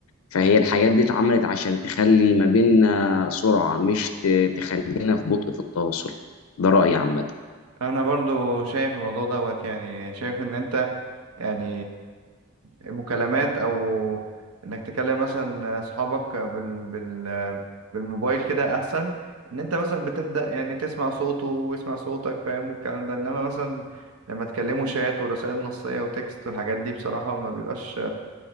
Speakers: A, on the left; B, on the right.
A: فهي الحاجات دي اتعملت عشان تخلي ما بيننا سرعه مش ت- تخلينا في بطء في التواصل ده رايي عامه
B: انا برضو شايف الموضوع دوت يعني شايف ان انت يعني مكالمات او انك تكلم مثلا اصحابك بال بال بالموبايل كده احسن ان انت مثلا بتبدا يعني تسمع صوته ويسمع صوتك فاهم والكلام ده انما مثلا لما تكلموا شات ورسائل نصيه وتكست والحاجات دي بصراحه ما بيبقاش